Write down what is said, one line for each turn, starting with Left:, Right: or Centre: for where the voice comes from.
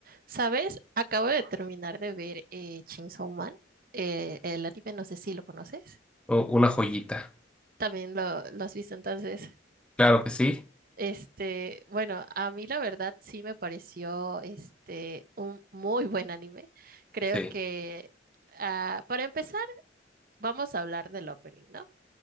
Right: ¿Sabes? Acabo de terminar de ver eh, Chainsaw Man, eh, el anime, no sé si lo conoces.
Centre: u- una joyita.
Right: También lo, lo has visto entonces.
Centre: Claro que sí,
Right: Este, bueno, a mí la verdad sí me pareció este un muy buen anime. Creo
Centre: sí,
Right: que ah, para empezar vamos a hablar del opening, ¿no?